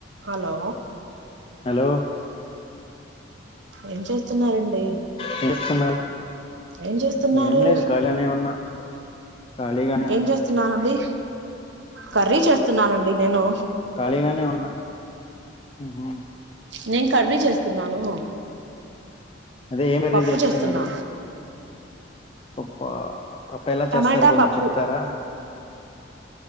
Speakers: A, on the right; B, on the left.
A: Hello
B: హలోయ్
A: ఏం చేస్తున్నారండి
B: ఏం చేస్తున్నారు
A: ఏం చేస్తున్నారు
B: ఏం లేదు ఖాళీగానే ఉన్నా ఖాళీగానే
A: ఏం
B: ఉన్నా
A: చేస్తున్నారండి కర్రీ చేస్తున్నానండి నేను
B: ఖాళీగానె ఉన్నా ఉహుమ్
A: నేను కర్రీ చేస్తున్నాను
B: అదే ఏం కర్రీ
A: పప్పు
B: చేస్తున్నారు
A: చేస్తున్నా
B: పప్పా ఆ పప్పు ఎలా
A: టమాటా
B: చేస్తారు కొంచెం
A: పప్పు
B: చెప్తారా